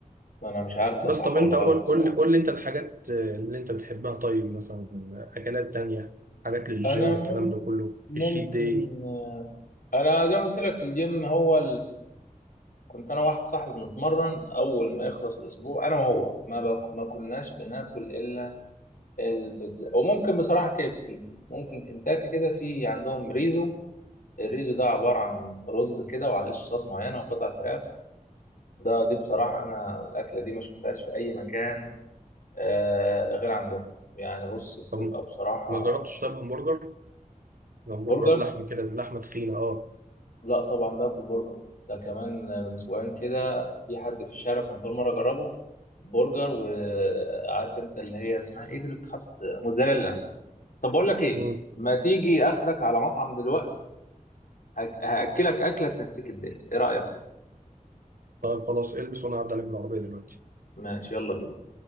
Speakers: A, on the left; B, on the right.
A: انا مش عارف ده
B: بس
A: صح
B: طب
A: ولا
B: انت
A: غلط
B: قول
A: بصراحه
B: قول لي قول لي انت الحاجات اللي انت بتحبها طيب مثلا اكلات تانية حاجات للجيم
A: انا مم-
B: الكلام ده كله في
A: ممكن
B: الشيت داي
A: آه، انا زي ما قلت لك في الجيم هو كنت انا واحد صاحبي بنتمرن اول ما يخلص الاسبوع انا وهو ما بك... ما كناش بناكل الا البيتزا وممكن بصراحه كي اف سي ممكن كنتاكي كده في عندهم ريزو الريزو ده عباره عن رز كده وعليه صوصات معينه وقطع فراخ ده دي بصراحه انا الاكله دي ما شفتهاش في اي مكان آه غير عندهم يعني بص بتبقى
B: طب
A: بصراحه
B: ما جربتش طب همبرجر همبرجر
A: برجر
B: لحمة كده اللحمة تخينة اه
A: لا طبعا ده في البرجر ده كمان من اسبوعين كده في حد في الشارع كنت اول مره اجربه برجر وعارف انت اللي هي اسمها ايه دي اللي بتحط موتزاريلا طب بقول لك ايه
B: مم.
A: ما تيجي اخدك على مطعم دلوقتي هك- هاكلك اكله تنسيك الدنيا ايه رايك
B: طيب خلاص البس وانا هعدي عليك بالعربية دلوقتي
A: ماشي يلا بينا